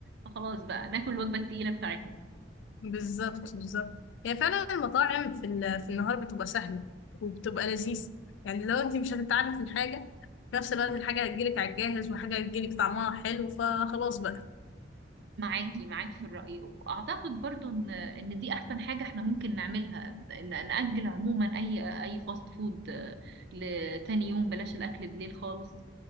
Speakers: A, on the right (about 65°); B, on the left (about 75°).
A: فخلاص بقى ناكل الوجبة التقيلة بتاعتنا
B: بالظبط بالظبط هي فعلا المطاعم في ال- في النهار بتبقى سهله وبتبقى لذيذ يعني لو انت مش هتتعبي في الحاجه في نفس الوقت الحاجه هتجيلك على الجاهز وحاجه هتجيلك طعمها حلو فخلاص بقى
A: معاكي معاكي في الرأي وأعتقد برضو إن إن دي أحسن حاجة إحنا ممكن نعملها إن نأجل عموما أي أي فاست فود آه، لتاني يوم بلاش الأكل بالليل خالص